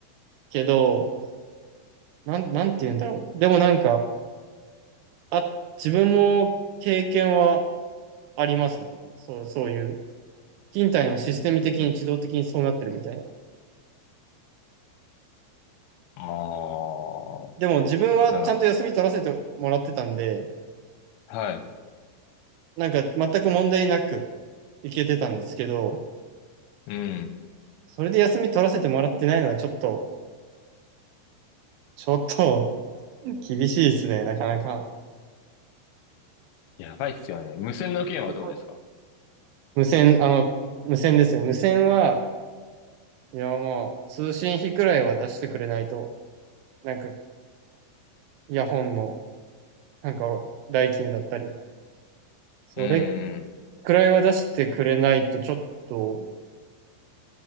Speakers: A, on the right; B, on the left.
A: けど、なん、なんて言うんだろう。でもなんか、あ、自分も経験はありますね。そう、そういう。勤怠のシステム的に自動的にそうなってるみたいな。
B: うん。うんああ。
A: でも自分はちゃんと休み取らせてもらってたんで、
B: なんか、はい。
A: なんか全く問題なく行けてたんですけど、
B: うん。
A: それで休み取らせてもらってないのはちょっと、ちょっと厳しいですね、なかなか。
B: やばいっすよね。無線の件はどうですか
A: 結構、無線、あの、無線ですね。無線は、いやもう通信費くらいは出してくれないと、なんかイヤホンの、なんか代金だったり、それ
B: うーん。
A: くらいは出してくれないとちょっと